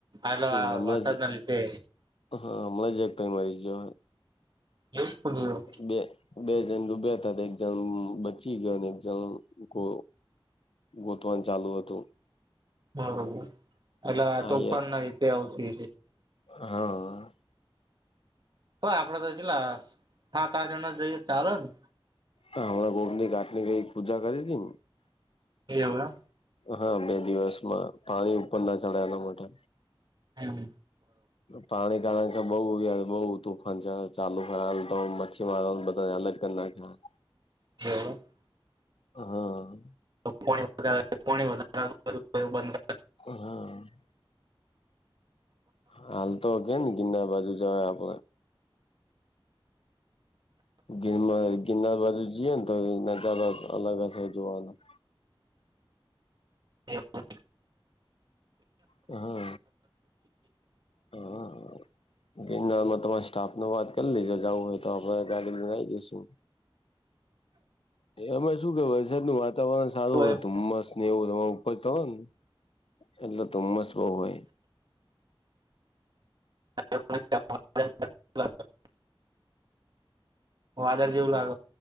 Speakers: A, on the right; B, on the left.
A: આલ
B: હમણાં
A: વરસાદ
B: જ
A: ના લીધે.
B: હા હમણાં જ એક ટાઈમ આવી ગયો.
A: એ સુું.
B: બે બે જણ ડૂબ્યા હતા ને એક ઝામ બચી ગયો એક્ઝામ કો. ગોતવણ ચાલુ હતું
A: બરોબર એટલે આ
B: આયા
A: તો ઉપર ના રીતે આવત હો છે
B: હા
A: ઓ આપડા તો લ સાત આઠ જણા જઈએ ચાલે ને
B: રા ગરંદી કાટની ગ પૂજા કરી હતીમ
A: એવલો
B: હા બે દિવસમાં પાણી ઉપર ના ચડાય એના માટે
A: એ મ
B: પાણી કારણ કે બહુ યાર બહ હતું ચાલુ ખલ તો મચ્છી મારોને બધા અલગ કર નાખ્યા
A: <unintelligible>
B: હા
A: ણી પાણી વધ કો બંધ
B: હહ હાલ તો કે ન ગિના બાજુ જ આપ ગિરમાં ગિરનાર બાજુ જઈએ ને તોાર અલગ હશે જોવાનું
A: એવું
B: હા અ ન તમારી સ્ટાફ ન વાત કરી લેજો જવું હોય તો આપડે કને આવી જઈશું એમાં શું કે વરસાદ ન વાત તાવરણ સારું
A: કરાવી
B: હોય ધુમ્મસ ને એવું તમારા ઉપર ચ હો ને એટલે ધુમ્મસ બઉ હોય
A: <unintelligible> વાદર જવું લાગ